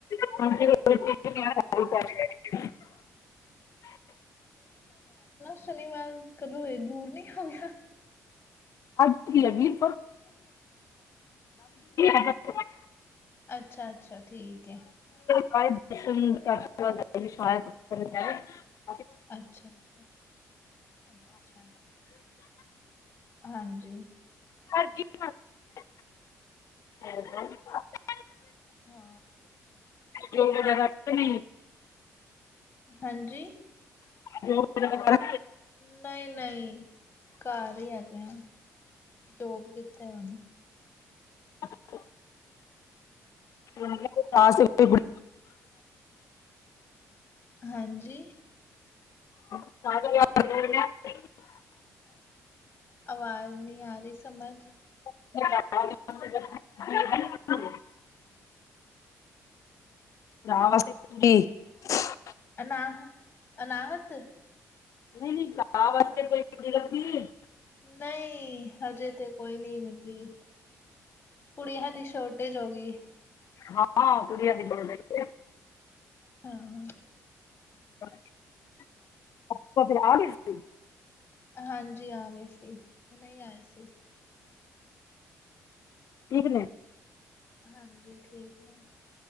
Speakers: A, on the left; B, on the left.
A: <unintelligible> <unintelligible> <unintelligible>
B: ਸ਼ਨੀਵਾਰ ਕਦੋਂ ਇਹਏ ਦੂਰ ਨਹੀਂ ਹੋ ਗਿਆ।
A: ਅੱਜ ਕੀ ਵੀਰ <unintelligible>
B: ਅੱਛਾ ਅੱਛਾ। ਠੀਕ ਹੈ।
A: <unintelligible>
B: ਅੱਛਾ ਅੱਛਾ ਅੱਛਾ। ਹਾਂਜੀ।
A: ਹਰਜੀਤ ਮਾਸੀ <unintelligible>
B: ਹਾ।
A: ਜੋ ਵਗੈਰਾ ਤੇ ਨਹੀਂ,
B: ਹਾਂਜੀ।
A: ਜੋਬ ਵਗੈਰਾ
B: ਨਹੀਂ ਨਹੀਂ। ਨਹੀਂ ਘਰ ਹੀ ਹੈਗੇ, ਆ ਜੋਬ ਕਿਥੇ ਹੁਨ
A: ਅੱਛਾ। <unintelligible>
B: ਹਾਂਜੀ,
A: <unintelligible>
B: ਆਵਾਜ਼ ਨਹੀਂ ਆ ਰਹੀ ਸਮਝ
A: <unintelligible> <unintelligible>
B: ਅਨਾਹ ਅਨਾਹਤ,
A: ਨਹੀਂ-ਨਹੀਂ ਗਾ ਵਾਸਤੇ ਕੋਈ ਕਿਡੀ ਲੰਬੀ ਐ।
B: ਨਹੀਂ ਹਜੇ ਤੇ ਕੋਈ ਨਹੀਂ ਮਿਲੀ ਕੁੜੀਆਂ ਦੀ ਸ਼ੋਰਟੇਜ ਹੋ ਗਈ।
A: ਹਾਂ ਕੁੜੀਆਂ ਦੀ ਸ਼ਾਟੇਜ
B: ਹਾਂ।
A: <unintelligible>
B: ਹਾਂਜੀ ਆ ਗਏ ਸੀ। ਉਨੇ ਆਏ ਸੀ।
A: ਠੀਕ ਨੇ,
B: ਹਾਂਜੀ ਠੀਕ ਨੇ।